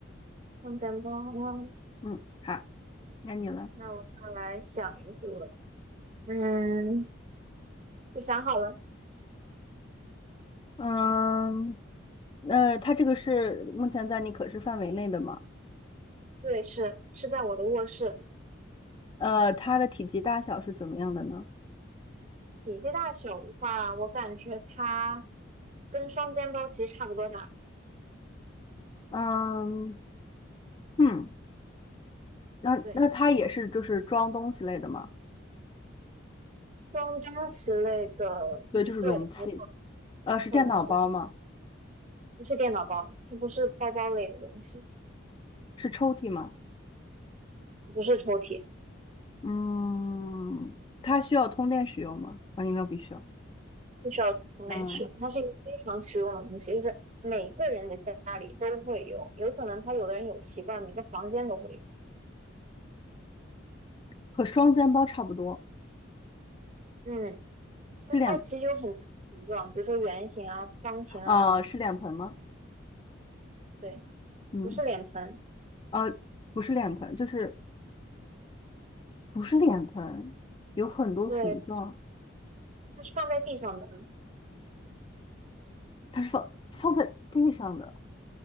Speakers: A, on the right; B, on the left.
A: 双肩包哇。
B: 嗯，好，该你了。
A: 那我再来想一个，嗯，我想好了，
B: 嗯，呃，它这个是目前在你可视范围内的吗？
A: 对，是是在我的卧室。
B: 呃，它的体积大小是怎么样的呢？
A: 体积大小的话，我感觉它跟双肩包其实差不多大，
B: 嗯嗯，那那它也是就是装东西类的吗？
A: 对。装东西类的，
B: 对，就是容器。
A: 对，没错，
B: 呃，
A: 没错，
B: 是电脑包吗？
A: 没错，不是电脑包，它不是包包类的东西，
B: 是抽屉吗？
A: 不是抽屉，
B: 嗯，它需要通电使用吗？啊，应该不需要。
A: 不需要从内吃，
B: 嗯，
A: 它是一个非常实用的东西，就是每个人的家里都会有，有可能他有的人有习惯，每个房间都会有，
B: 和双肩包差不多，
A: 嗯，但它其实有很多形状，
B: 是脸，
A: 比如说圆形啊、方形啊，
B: 呃，是脸盆吗？
A: 对，
B: 嗯，
A: 不是脸盆，
B: 呃，不是脸盆，就是不是脸盆，有很多形状，
A: 对，它是放在地上的，
B: 它是放放在地上的，